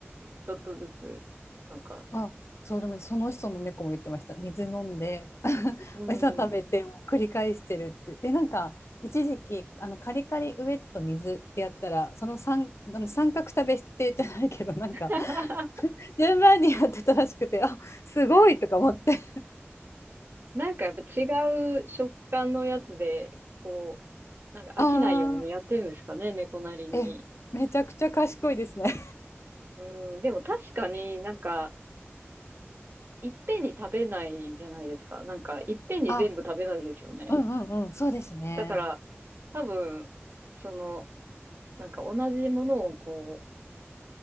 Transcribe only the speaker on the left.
あ、そうでもその人の猫も言ってました。水飲んで、<laughs>
餌食べてを繰り返してるって。で、なんか、一時期、あの、カリカリウエット水ってやったら、その三、あの三角食べしてじゃないけど、なんか、
順番にやってたらしくて、あ、すごいとか思って。
ああ
え、めちゃくちゃ賢いですね。
あ、うんうんうん、そうですね。